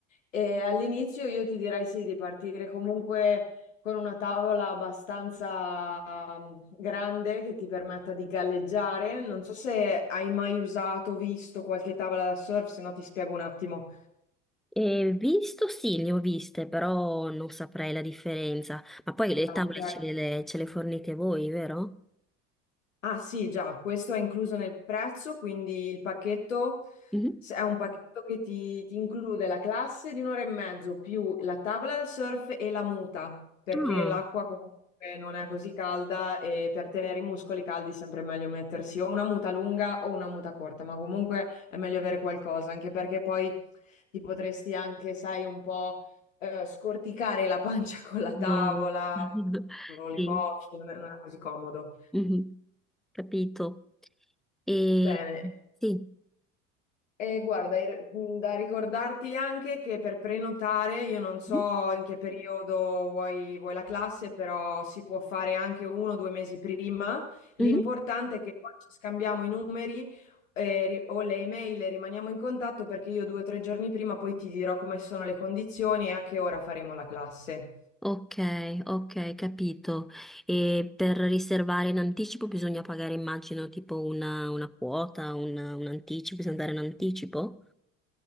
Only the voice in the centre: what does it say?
E visto, sì, le ho viste, però non saprei la differenza. Ma poi le
tavole
ce le, ce le fornite voi, vero?
Mhm.
Ah,
no. <laughs>
Sì,
mhm, capito. E
sì.
Mhm.
mhm,
Ok, ok, capito. E per riservare in anticipo bisogna pagare, immagino, tipo una, una quota, una- un anticipo, bisogna dare un anticipo?